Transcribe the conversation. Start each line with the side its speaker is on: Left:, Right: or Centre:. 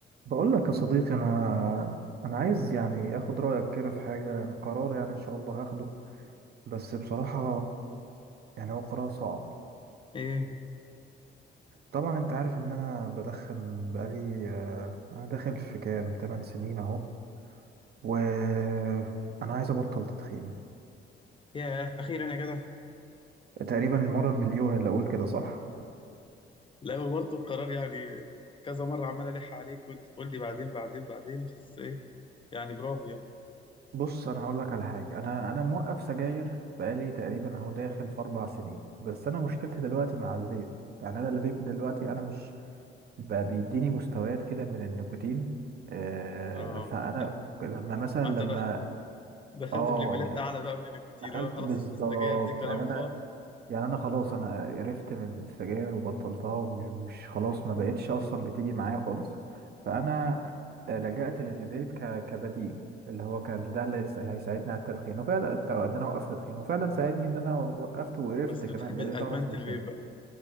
Right: بقول لك يا صديقي انا انا عايز يعني اخد رايك كده في حاجه يعني قرار يعني ان شاء الله هاخده بس بصراحه يعني هو قرار صعب
Left: ايه
Right: طبعا انت عارف ان انا بدخن بقالي آه، انا داخل في كام 8 سنين اهو وانا عايز ابطل تدخين
Left: ياه اخيرا يا جدع
Right: تقريبا المره المليون اللي اقول كده صح
Left: لا برضه القرار يعني كذا مره عمال الح عليك وانت تقول لي بعدين بعدين بعدين بس ايه يعني برافو يعني
Right: بص انا هقول لك على حاجه انا انا موقف سجاير بقالي تقريبا اهو داخل في اربع سنين بس انا مشكلتي دلوقتي مع الفيب يعني انا الفيب دلوقتي انا مش بقى بيديني مستويات كده من النيكوتين آه
Left: اه
Right: فانا
Left: لا
Right: لما مثلا
Left: انت
Right: لما
Left: دخ- دخلت
Right: اه
Left: في ليفلات
Right: يعني
Left: اعلى بقى من النيكوتين
Right: دخلت
Left: اللي هو خلاص
Right: بالظبط
Left: السجاير دي كلام
Right: يعني انا
Left: فاضي
Right: يعني انا خلاص انا قرفت من السجاير وبطلتها ومش مش خلاص ما بقتش اصلا بتيجي معايا خالص فانا لجأت للفيب ك- كبديل اللي هو كان ده اللي هيس- هيساعدني على التدخين وفعلا الت- ان انا اوقف تدخين وفعلا ساعدني ان انا وقفت وقرفت
Left: بس
Right: كمان
Left: <laughs> بتحب
Right: بقيت
Left: ادمنت
Right: اعرف من
Left: الفيب
Right: السجاير
Left: بقى